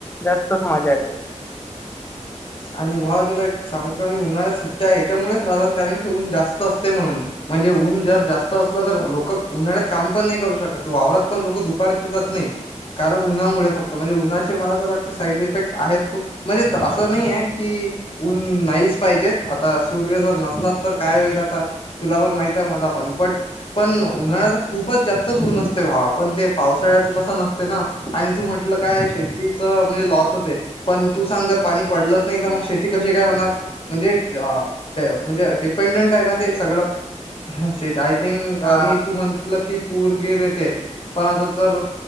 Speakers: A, on the left; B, on the left.
A: जास्तच मजा येते.
B: आणि भावा तुला एक सांगू काय? उन्हाळ्यात सुट्ट्या ह्याच्यामुळेच राहातात कारण की, ऊन जास्त असते म्हणून. आणि ऊन जर जास्त असलं तर, लोक उन्हाळ्यात काम पण नाही करू शकत, वावरात पण लोक दुपारच जात नाहीत. कारण उन्हामुळे फक्त म्हणजे उन्हाचे मला तर वाटते, साईड इफेक्ट आहेत खूप म्हणजे अस अस नाही आहे की, ऊन नाहीच पाहिजेत. आता सूर्य जर नसलास तर, काय होईल आता. तुला पण माहित हाय, मला पण बट पण उन्हाळ्याच
A: हम्म
B: खूप खूपच जास्तच ऊन असते भावा, पण पावसाळ्याचं तसं नसते ना, तू म्हटलं काय आहे शेती शेतीच म्हणजे लॉस होतय, पण तू सांग जर पाणी पडलंच नाही, तर मग शेती कशी काय होणार? म्हणजे आ म्हणजे डिपेंडंट आहे ना, ते सगळं <unintelligible> थिंंग
A: हा
B: आणि तू म्हणटलं की पूरगीर येते. पण आता तर